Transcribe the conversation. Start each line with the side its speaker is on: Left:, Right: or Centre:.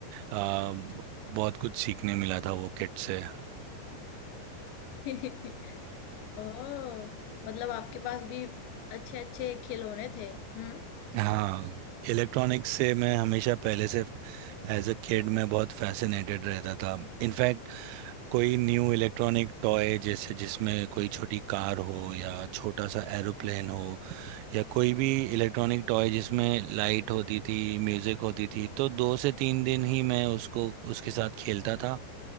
Right: आ, बहुत कुछ सीखने मिला था वो किट से
Left: <laughs> ओह मतलब आपके पास भी अच्छे अच्छे खिलौने थे हम्म
Right: हाँ इलेक्ट्रॉनिक्स से मैं हमेशा पहले से एज अ किड मैं बहुत फैसिनेटेड रहता था इनफैक्ट कोई न्यू इलेक्ट्रॉनिक टॉय जैसे जिसमें कोई छोटी कार हो या छोटा सा एरोप्लेन हो या कोई भी इलेक्ट्रॉनिक टॉय जिसमें लाइट होती थी म्यूजिक होती थी तो दो से तीन दिन ही मैं उसको उसके साथ खेलता था